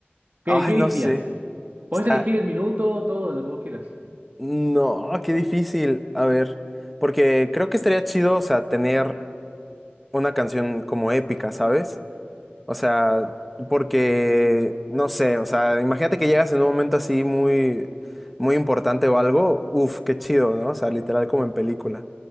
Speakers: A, on the right (about 45°); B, in the centre.
A: ¿Qué-
B: Ay,
A: qué
B: no
A: elegirías?
B: sé.
A: Podés
B: Está,
A: elegir el minuto, todo lo que vos quieras.
B: no, qué difícil. A ver, porque creo que estaría chido, o sea, tener una canción como épica, ¿sabes? O sea, porque, no sé, o sea, imagínate que llegas en un momento así muy, muy importante o algo, uf, qué chido, ¿no? O sea, literal como en película.